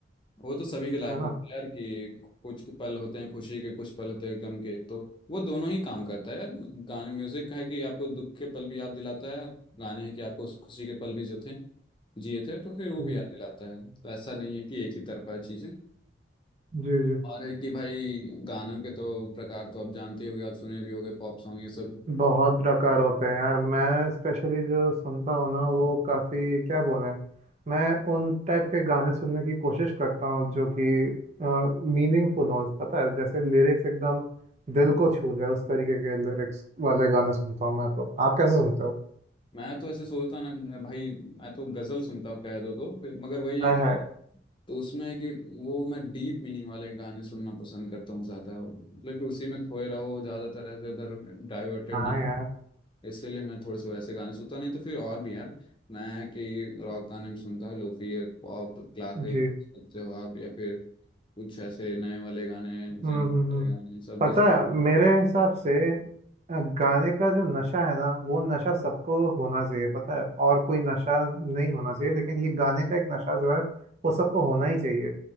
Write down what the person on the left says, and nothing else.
वो तो सभी के लाइफ
में होता है यार कि कुछ पल होते हैं खुशी के कुछ पल होते हैं गम के तो वो दोनों ही काम करता है यार गाने म्यूजिक है कि आपको दुख के पल भी याद दिलाता है और गाने हैं कि आपको उस खुशी के पल भी जो थे जिए थे तो फिर वो
भी याद दिलाता है तो ऐसा नहीं है कि एक ही तरफा है चीजें
और है कि भाई गानों के तो प्रकार तो आप जानते ही होगे आप सुने भी होगे पॉप सॉन्ग ये सब
मैं तो ऐसे सोचता हूँ ना भाई मैं तो गजल सुनता हूँ कह दो तो फिर मगर वही
है कि
तो उसमें है कि वो मैं डीप मीनिंग वाले गाने सुनना पसंद करता हूँ ज़्यादा मतलब कि उसी में खोए रहो ज़्यादातर ऐसे इधर डाइवर्टेड
ना
इसीलिए मैं थोड़े से वैसे गाने सुनता हूँ। नहीं तो फिर और भी यार मैं है कि रॉक गाने भी सुनता हूँ लोफी पॉप क्लासिक
जवाब या फिर कुछ ऐसे नए वाले गाने जिन
वाले
गाने सब
भी